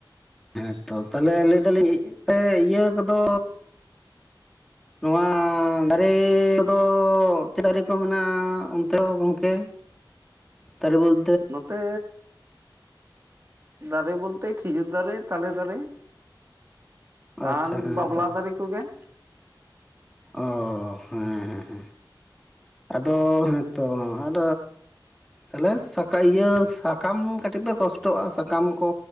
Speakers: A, in the centre; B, on the right.
A: ᱦᱮᱸᱛᱚ ᱛᱟᱦᱞᱮ ᱞᱟᱹᱭ ᱫᱟᱞᱤᱧ ᱮ ᱤᱭᱟᱹ ᱠᱚᱫᱚᱻ ᱱᱚᱣᱟ ᱫᱟᱨᱮ ᱫᱚ ᱛᱤᱱᱟᱹᱜ ᱨᱚᱠᱚᱢ ᱢᱮᱱᱟᱜᱼᱟ ᱚᱱᱛᱮ ᱜᱚᱝᱠᱮ
B: <inaudible>
A: ᱛᱚᱨᱵᱟᱞ
B: ᱱᱚᱛᱮ ᱫᱟᱨᱮ ᱵᱚᱞ ᱛᱮ ᱠᱷᱤᱡᱩᱨ ᱫᱟᱨᱮ ᱛᱟᱞᱮ ᱫᱟᱨᱮ ᱾
A: ᱟᱪᱪᱷᱟ
B: ᱟᱨ
A: ᱦᱮᱸ
B: ᱵᱟᱵᱷᱞᱟ
A: ᱛᱚ
B: ᱫᱟᱨᱮ ᱠᱚᱜᱮ ᱾
A: ᱚ ᱦᱮᱸ ᱦᱮᱸ ᱦᱮᱸᱻ ᱟᱫᱚ ᱦᱮᱸᱛᱚ ᱟᱨ ᱛᱟᱦᱞᱮ ᱥᱟ ᱤᱭᱟᱹ ᱥᱟᱠᱟᱢ ᱠᱟᱹᱴᱤᱡ ᱯᱮ ᱠᱚᱥᱴᱚᱜᱼᱟ ᱥᱟᱠᱟᱢ ᱠᱚᱻ